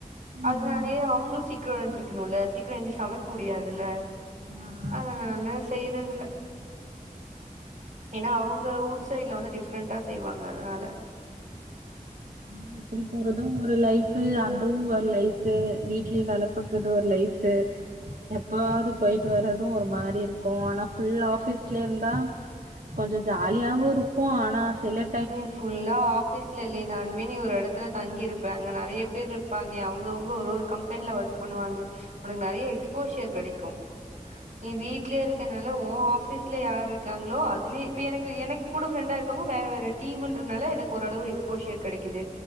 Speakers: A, on the right; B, on the right.
A: ம்
B: அதனாலயே
A: ம்
B: அவுங்ளு சீக்கிரோ எழுத்திருக்கணுல சீக்கிரோ ஏஞசி சமைக் முடியாதுல்ல
A: ஆ
B: அதனால செய்றதில்ல ஏனா அவுங்க ஊர் சைட்ல வந்து டிஃப்ரெண்டா செய்வாங்க அதனால
A: ஆனா இப் இப்படி போறது ஒரு லைஃபு அந்தவு ஒரு லைஃபு வீட்லே வேல பாக்கறது ஒரு லைஃபு எப்பவாவ்து போய்ட்டு வரது ஒரு மாரி இரு க்கு ஆனா ஃபுல்ல ஆபீஸ்லே இருந்தா கொஞ்சோ ஜாலியாவு இருக்கு ஆனா செல
B: நீ ஃபுல்லா ஆஃபீஸ்ல இல்லைனாலு மே நீ ஒரு எடத்துல தங்கிருப்ப அங்க நெறய பேர் ருப்பாங்க அவுங்கவுங்க ஒரு ஒரு கம்பெனில ஒர்க் பண்ணுவாங்க உனக்கு நெறய எக்ஸ்போஷியர் கெடைக்கு நீ வீட்லே இருக்கனால உ ஆ ஃபீஸ்ல யார் ருக்காங்ளோ அதுலியே இப்ப எனக்கு எனக் கூட ஃப்ரெண்டா இருக்றவ்ங்க வேற வேற டீமுன்றத்னால எனக்கு ஓரளவு எக்ஸ்போஷியர் கெடைக்குது